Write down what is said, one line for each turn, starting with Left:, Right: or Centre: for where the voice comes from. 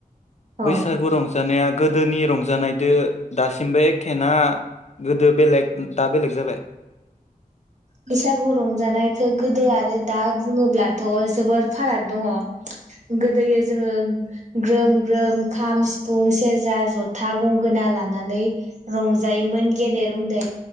Right: औ
Left: बैसा गरम रंजानाया गोदोनि रंजानायदो दासिमबो एखे न गोदो बेलेग दा बेलेग जाबाय
Right: बैसागु रंजानायखौ गोदो आरो दा बुङोब्लाथ जोबोद फाराग दङ। गोदोयो जोङो ग्रोम ग्रोम खाम सिफुं सेरजा जथा गंगोना लानानै रंजायोमोन गेदेर उन्दै